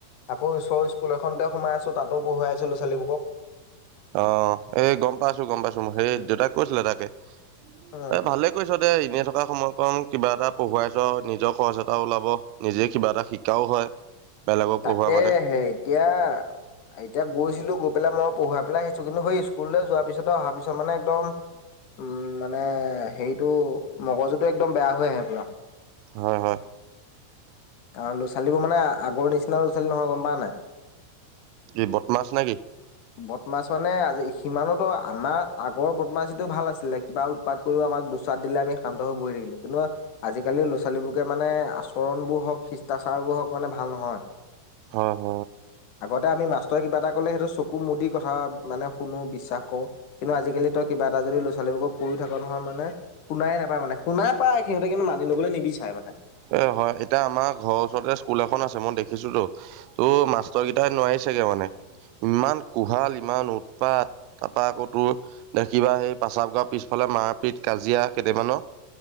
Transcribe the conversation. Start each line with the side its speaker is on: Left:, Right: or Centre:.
Left: আকৌ ঈশৰৰ স্কুল এখনতে সোমাই আছো তাতো পঢ়াই আছিলো ছোৱালীবুকক
Right: অ' এই গম পাইছো গম পাইছো মোৰ সেই দেউতাক কৈছিলে তাকে
Left: উম
Right: এ ভালে কৈছ দে এনেই থকা সময়ত অকণ কিবা এটা পঢ়ুৱাই চ নিজৰ খৰচ এটা ওলাব নিজে কিবা এটা শিকাও হয় বেলেগক
Left: তাকে
Right: পঢ়োৱা মানে
Left: এতিয়া এতিয়া গৈছিলো গৈ পেলাই মই পঢ়ুৱাই পেলাই আহিছো কিন্তু সেই স্কুললৈ যোৱাৰ পিছত অহা পিছত মানে একদম উম মানে হেৰিটো মগজুটো একদম বেয়া হৈ আহে পুৰা।
Right: হয় -হয়
Left: আৰু ল'ৰা ছোৱালীবোৰ মানে আগৰ নিচিনা ল'ৰা ছোৱালী নহয় গম প নাই
Right: এই বদ মাছ নে কি
Left: বদমাছ মানে আজি সিমানতো আমাৰ আগৰ বদমাছটো ভাল আছিলে কিবা উৎপাত কৰিও আমাক। দুচাত দিলে আমি শান্ত হৈ বহি থাকিলো কিন্তু আজিকালি লৰা ছোৱালীবোৰকে মানে আচৰণ বোৰ হওক শিষ্টাচাৰবোৰ হওক মানে ভাল নহয়
Right: অহ হ
Left: এ আমি মাষ্টৰে কিবা এটা কলেেইটো চকু মুদি কথা মানে শুনো বিশ্বাস কৰ কিন্তু আজিকালি তই কিবা এটা যদি লৈ ছোৱালীবক কৰি থকা নহয় মানেুাই নাপায় মানে শুনাই পাই সিহঁতে কিন্তু মানি ল'বলৈ নিবিচাৰে মানে
Right: অ' হয় এতিয়া আমাক ঘৰৰ ওচৰতে স্কুল এখন আছে মই দেখিছো তো ত' মাষ্টৰ কেইটাই নোৱাৰি চগে মানে ইমান কোহাল ইমান উৎপাত তাৰপা আকৌ তোৰ দেখিবা সেই প্ৰচাৱাৰ পিছফালে মাৰপিত কাজিয়া কেইটামানৰ